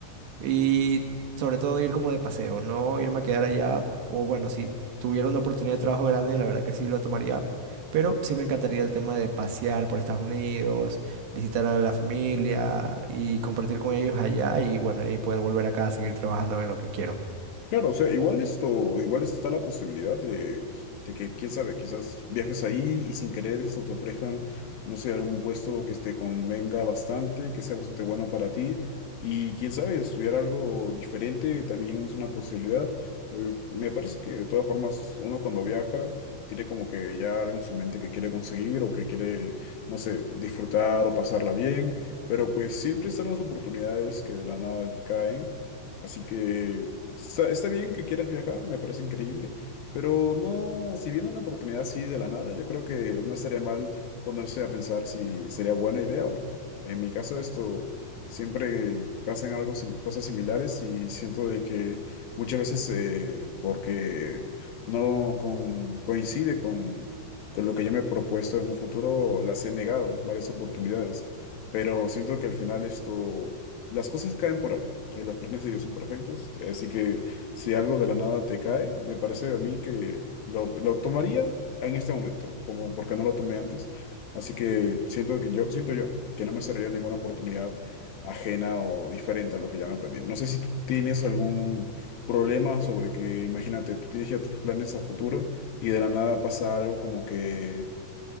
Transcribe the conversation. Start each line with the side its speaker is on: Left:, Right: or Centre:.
Right: y sobre todo ir como de paseo, no irme a quedar allá, o bueno, si tuviera una oportunidad de trabajo grande, la verdad que sí lo tomaría, pero sí me encantaría el tema de pasear por Estados Unidos, visitar a la familia y compartir con ellos allá y bueno, y poder volver acá a seguir trabajando en lo que quiero.
Left: Claro, o sea, igual esto, igual está la posibilidad de, de que, quién sabe, quizás viajes ahí y sin querer esto te ofrezcan, no sé, algún puesto que te convenga bastante, que sea bastante bueno para ti. Y quién sabe, estudiar algo diferente también es una posibilidad. Eh, Me parece que de todas formas uno cuando viaja tiene como que ya algo en su mente que quiere conseguir o que quiere, no sé, disfrutar o pasarla bien, pero pues siempre están las oportunidades que de la nada caen. Así que Está, está bien que quieras viajar, me parece increíble, pero no, si viene una oportunidad así de la nada, yo creo que no estaría mal ponerse a pensar si sería buena idea o no. En mi caso, esto siempre pasan algo, sim- cosas similares y siento de que muchas veces eh, porque no con- coincide con, con lo que yo me he propuesto en un futuro, las he negado varias oportunidades, pero siento que al final esto las cosas caen por algo. eh, los planes de Dios son perfectos. eh, Así que si algo de la nada te cae, me parece a mí que lo, lo tomaría en este momento, como porque no lo tomé antes. Así que siento que yo, siento yo que no me cerraría ninguna oportunidad ajena o diferente a lo que ya me planeé. No sé si tú tienes algún problema sobre que, imagínate, tú tienes ya tus planes a futuro y de la nada pasa algo como que